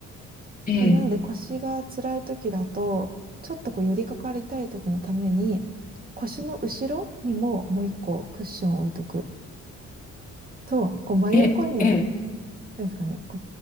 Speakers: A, on the left (about 25°); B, on the right (about 30°).
A: ええ、
B: で、なので腰が辛い時だと、ちょっとこう寄りかかりたい時のために、腰の後ろにももう一個クッションを置いとくと、こう真横に、
A: ええ、ええ、
B: なんですかね、こ